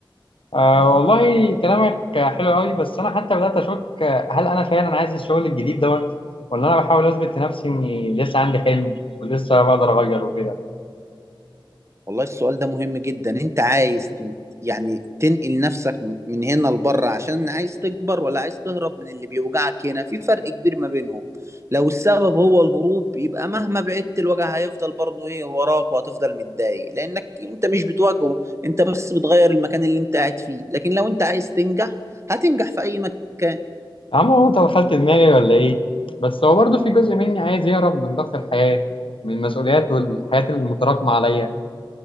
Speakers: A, on the left; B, on the right.
A: آه والله كلامك حلو أوي بس أنا حتى بدأت أشك هل أنا فعلا عايز الشغل الجديد دوت ولا أنا بحاول أثبت لنفسي إني لسه عندي حلم ولسه بقدر أغير وكده
B: والله السؤال ده مهم جدا انت عايز تن... يعني تنقل نفسك م- من هنا لبره عشان عايز تكبر ولا عايز تهرب من اللي بيوجعك هنا في فرق كبير ما بينهم لو السبب هو الهروب يبقى مهما بعدت الوجع هيفضل برضه ايه وراك وهتفضل متضايق لانك انت مش بتواجهه انت بس بتغير المكان اللي انت قاعد فيه لكن لو انت عايز تنجح هتنجح في اي مكان
A: يا عم هو انت دخلت دماغي ولا ايه بس هو برضه في جزء مني عايز يهرب من ضغط الحياة من المسؤوليات والحياة المتراكمة عليا